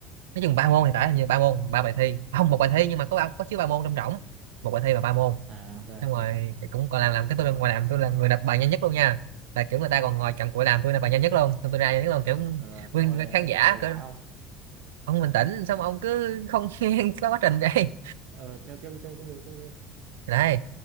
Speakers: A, on the right; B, on the right.
A: nói chừng ba môn thì phải hình như ba môn ba bài thi À, không một bài thi nhưng mà có ba- có chứa ba môn trong rỗng một bài thi và ba môn
B: à ok
A: xong
B: ok
A: rồi thì cũng còn làm làm cái tôi lên ngoài làm tôi là người đọc bài nhanh nhất luôn nha là kiểu người ta còn ngồi cầm cụi làm tôi là bài nhanh nhất luôn xong tôi ra nhanh nhất luôn kiểu
B: ờ,
A: nguyên
B: xong rồi ờ,
A: khán giả
B: được được
A: kiểu,
B: giải không
A: ông bình tĩnh xong ông cứ không <laughs> nghe có quá trình đây
B: ờ tiếp tiếp đi tiếp tiếp đi tiếp đi
A: đấy